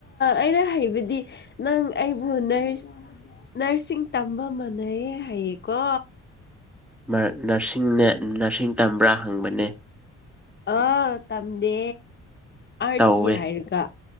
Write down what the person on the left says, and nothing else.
ꯑꯩꯅ ꯍꯩꯕꯗꯤ ꯅꯪ ꯑꯩꯕꯨ ꯅꯔꯁ ꯅꯔꯁꯤꯡ ꯇꯝꯕ ꯃꯥꯟꯅꯩꯌꯦ ꯍꯥꯏꯌꯦꯀꯣ
ꯑꯥ ꯇꯝꯗꯦ ꯑꯥꯔꯠꯁꯅꯤ
ꯍꯥꯏꯔꯒ